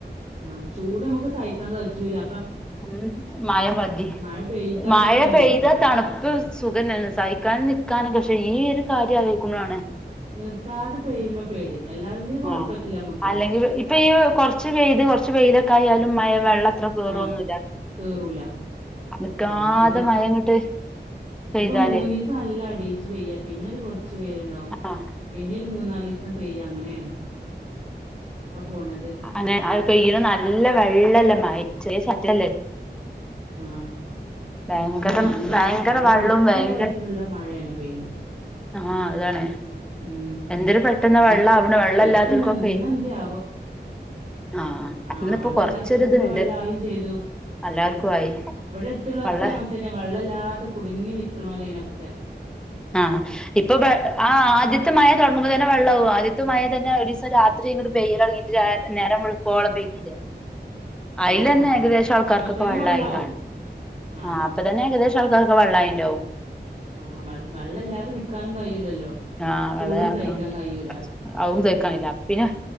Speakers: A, on the right; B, in the centre.
A: ആഹ് ചൂട് നമുക്ക് സഹിക്കാൻ കജ്ജൂല്ല.
B: ഉം മയ മതി
A: മഴ പെയ്താ
B: മഴ
A: അങ്ങനെയാണ്
B: പെയ്താ
A: അവസ്ഥ
B: തണുപ്പ് സുഖന്നല്ലെ സഹി ക്കാൻ നിൽക്കാനൊക്കെ പക്ഷെ ഈ ഒരു കാര്യം ആലോയ്ക്കുമ്പഴാണ്
A: നിർത്താതെ പെയ്യുമ്പോ പേടി അല്ലാതെങ്കില് കൊഴപ്പല്ല
B: ആഹ്
A: നമ്മക്ക്.
B: അല്ലെങ്കിൽ ഇപ്പൊ ഈ കുറച്ച് പെയ്ത് കുറച്ച് വെയിലൊക്കെ ആയാലും മഴ വെള്ളം അത്ര കയറൊന്നും
A: ആഹ് കേറൂല
B: നിക്കാതെ
A: ഉം ഇത്
B: മഴ അങ്ങട്ട്
A: ഇതിപ്പോ
B: പെയ്താല്
A: മൂന്നീസ് സം നല്ല അടീച്ച് പെയ്യ പിന്നെ ഒരു കൊറച്ച് വെയിലുണ്ടാവും.
B: ആഹ്
A: പിന്നെ ഒരു മൂന്നാലിസ് സം പെയ്യ അങ്ങനെയാണ് ഇപ്പ പോണത്.
B: അങ്ങനെ അഅ് പെയ്യ്ണ നല്ല വെള്ളള്ള മഴെ ചെലെ സ്ഥലത്തല്ലെ
A: ആഹ്
B: ഭയങ്കര
A: ഉം നല്ല
B: ഭയങ്കര
A: വെള്ളം
B: വെള്ളവും
A: നിക്കണ
B: ഭയങ്കര
A: കോലത്തിലുള്ള മഴയാണ് പെയ്യണ്
B: ആഹ് അതാണ്.
A: ഉം
B: എന്തൊരു പെട്ടെന്ന വെള്ള
A: ഇ
B: ആവ്ണ്. വെള്ളം ഇല്ലാത്തൊൽക്കൊക്കെ.
A: ഇപ്പ ഇന്ന് ഇന്നെന്തേ ആവോ
B: ആ
A: ആഹ്
B: ഇന്ന്പ്പോ
A: വെള്ളം
B: കൊറ്ച്ചൊര്
A: ഇല്ലാത്തോൽക്കൊക്കെ
B: ഇത്ണ്ട്.
A: വെള്ളായും ചെയ്തു
B: എല്ലാർക്കും ആയി.
A: ഇവിടെ എടുത്തുള്ളൊക്കെ
B: വെള്ള
A: അങ്ങൻത്തന്നെ. വെള്ള ഇല്ലാതെ കുടുങ്ങി നിക്ക്ണോലേനി ഒക്കെ.
B: ആ. ഇപ്പൊ ആ ആദ്യത്തെ ആദ്യത്തെ മഴ തുടങ്ങുമ്പ തന്നെ വെള്ള ആവും. ആദ്യത്തെ മഴ തന്നെ ഒരീസം രാത്രി പെയ്യൽതുടങ്ങിയിട്ട് നേരം വെളുക്കോളം പെയ്തീന് അയ്ലെന്നെ
A: ആഹ് ആഹ്
B: ഏകദേശം ആൾക്കാർക്കൊക്കെ
A: അപ്പ തന്നെ
B: വെള്ളായി
A: വെള്ളാവും
B: കാണും.
A: ആഹ്
B: ആ. അപ്പ തന്നെ ഏകദേശം ആൾക്കാർക്ക് വെള്ളം ആയിണ്ടാവും.
A: ആ വെള്ള ഇല്ലാതെ നിക്കാനും കഴിയൂലല്ലോ.
B: ആ
A: ചൂടും
B: വള ഇല്ലാതക്കാൻ.
A: സഹിക്കാൻ കഴിയൂല
B: അവും സഹിക്കാൻ കയ്യൂല. അപ പിന്നെ